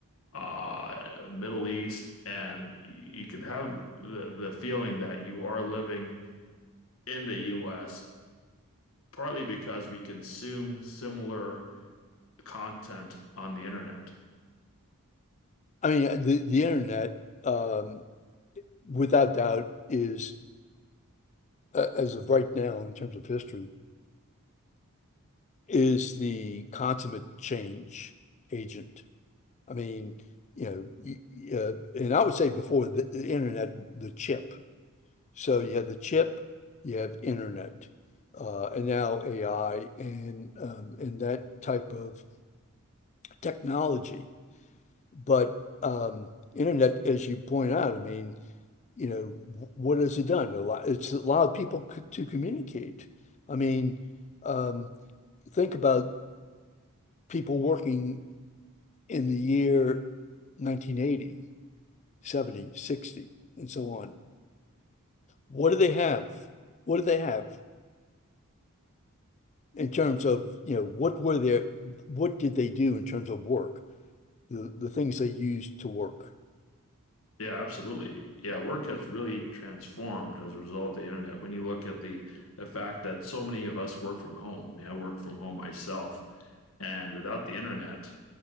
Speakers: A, on the left (about 65°); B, on the left (about 30°).
A: uh, Middle East, and you could have the, the feeling that you are living in the US, partly because we consume similar content on the internet.
B: I mean the the internet. Um, without doubt, is uh, as of right now, in terms of history, is the consummate change agent. I mean, you know, uh, and I would say before the, the internet, the chip. So you had the chip, you have internet, uh, and now AI and um, and that type of technology. But um, internet, as you point out, I mean, you know, what has it done? A lot, it's allowed people c to communicate. I mean, um, think about people working in the year 1980, 70, 60, and so on. What do they have? What do they have in terms of, you know, what were their, what did they do in terms of work? The, the things they used to work.
A: Yeah, absolutely. Yeah, work has really transformed as a result of the internet. When you look at the the fact that so many of us work from home. I mean, I work from home myself, and without the internet,